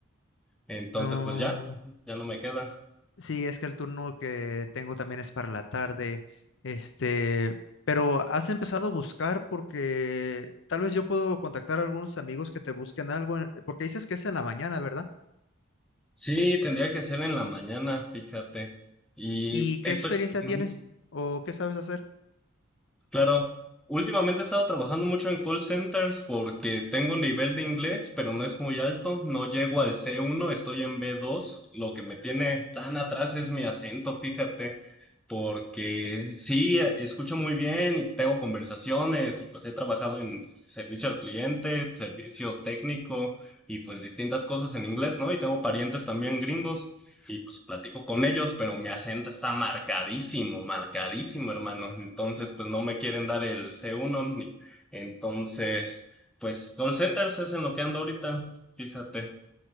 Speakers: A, in the centre; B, on the left.
A: entonces
B: No,
A: pues ya, ya no me queda.
B: sí, es que el turno que tengo también es para la tarde. Este, pero has empezado a buscar porque tal vez yo puedo contactar a algunos amigos que te busquen algo, en- porque dices que es en la mañana, ¿verdad?
A: Sí, tendría que ser en la mañana, fíjate. Y
B: ¿Y qué
A: eso,
B: experiencia
A: mm,
B: tienes o qué sabes hacer?
A: claro, últimamente he estado trabajando mucho en call centers porque tengo un nivel de inglés, pero no es muy alto. No llego al c uno, estoy en b dos. Lo que me tiene tan atrás es mi acento, fíjate, porque sí, eh, escucho muy bien y tengo conversaciones. y Pues he trabajado en servicio al cliente, servicio técnico y pues distintas cosas en inglés, ¿no? Y tengo parientes también gringos y pues platico con ellos, pero mi acento está marcadísimo, marcadísimo, hermano. Entonces, pues no me quieren dar el C1. ni- Entonces, pues call centers es en lo que ando ahorita, fíjate.